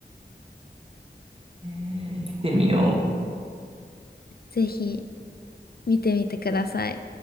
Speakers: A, on the right; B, on the left.
A: えー、見てみよう。
B: ぜひ見てみてください。